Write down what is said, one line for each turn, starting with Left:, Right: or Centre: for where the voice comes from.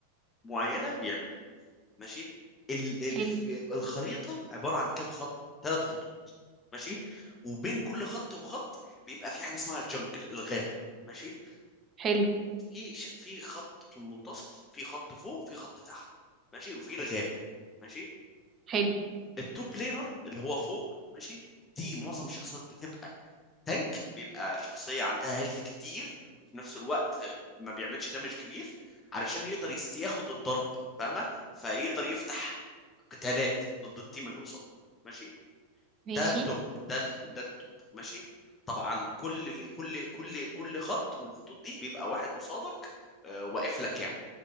Left: معينة بيعملها ماشي ال... ال...
Right: حلو
Left: ف- الخريطة عبارة عن كام خط ثلاث خطوط ماشي وبين كل خط وخط بيبقى في حاجة اسمها الجنجل الغابة ماشي
Right: حلو
Left: في ش- في خط في المنتصف في خط فوق في خط تحت ماشي وفي الغابة ماشي
Right: حلو
Left: التوب لينر اللي هو فوق ماشي دي معظم الشخصيات بتبقى تانك بيبقى شخصية عندها هيلث كتير وفي نفس الوقت ما بيعملش دمج كبير علشان يقدر يست- ياخد الضرب فاهمة فيقدر يفتح قتالات ضد التيم اللي قصاده ماشي
Right: ماشي
Left: ده التوب ده ال- ده التوب ماشي طبعا كل كل كل كل خط من الخطوط دي بيبقى واحد قصادك آه، واقف لك يعني